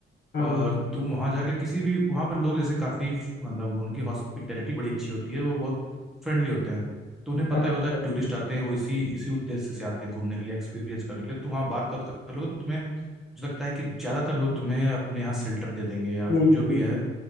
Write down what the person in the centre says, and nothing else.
और
तुम वहां जाके किसी भी वहां पर लोग जैसे काफी मतलब उनकी हॉस्पिटैलिटी बड़ी अच्छी होती है वो बहुत फ्रेंडली होते हैं तो उन्हें पता
ही होता है टूरिस्ट आते हैं वो इसी इसी उद्देश्य से आते हैं घूमने के लिए एक्सपीरियंस करने के लिए तो वहाँ बात बात कर लोगे तो तुम्हें मुझे लगता है कि ज्यादातर लोग तुम्हें अपने यहाँ शेल्टर दे देंगे या
फिर जो भी है